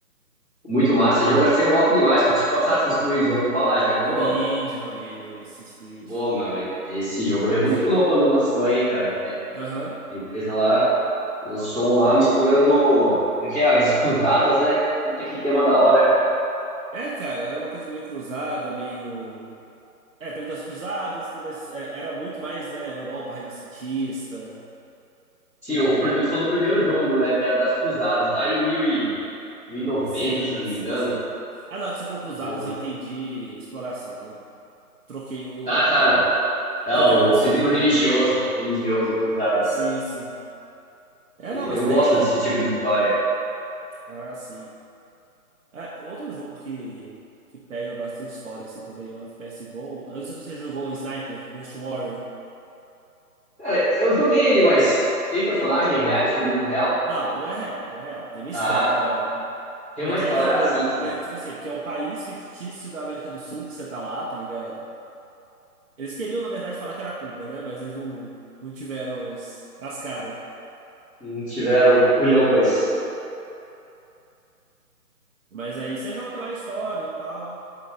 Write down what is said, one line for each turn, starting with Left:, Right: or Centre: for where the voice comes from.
Centre: Muito massa. Jogo assim eu gosto demais, que é tipo Assassin's Creed, já ouviu falar? Já jogou?
Right: Sim, já joguei, já joguei Assassin's Creed.
Centre: Pô, meu, esse jogo
Right: Mas...
Centre: revolucionou quando lançou, hein, cara? É,
Right: Aham.
Centre: a empresa lá lançou um lá misturando, como é que é? As cruzadas, né? Puta que tema da hora, cara.
Right: É, cara, era uma coisa meio cruzada, meio. É, teve das cruzadas, mas é, era muito mais, né, Europa renascentista,
Centre: Sim,
Right: tudo
Centre: o, o primeiro, tu falou do primeiro jogo, né? Que era das cruzadas, lá em mil e, mil e noventa,
Right: Sim,
Centre: se eu não
Right: sim,
Centre: me engano.
Right: sim. Ah, não, é que você falou cruzadas,
Centre: Eu lembro.
Right: eu entendi exploração. Eu troquei o,
Centre: Ah, tá, não. Tá,
Right: troquei
Centre: o
Right: o conceito
Centre: sentido
Right: aqui.
Centre: religioso, religioso, cruzadas.
Right: Sim, sim. É,
Centre: E
Right: não, mas
Centre: Eu
Right: tem.
Centre: gosto desse tipo de história.
Right: Ah, sim. É, outro jogo que, que pega bastante história, assim, também, é um FPS bom. Eu não sei se você jogou Sniper, Ghost Warrior.
Centre: Cara, eu joguei ele, mas tem personagens reais do mundo real?
Right: Não, não é real, não é real. Tem uma história,
Centre: Ah,
Right: né?
Centre: tem uma
Right: Tanto
Centre: história,
Right: é que, o,
Centre: ah, sim, sim.
Right: é, tipo assim, é porque é um país fictício da América do Sul que você tá lá, tá ligado? Eles queriam, na verdade, falar que era Cuba, né? Mas eles não, não tiveram os- as caras.
Centre: não tiveram culhão pra isso.
Right: Mas aí você joga lá a história e tal.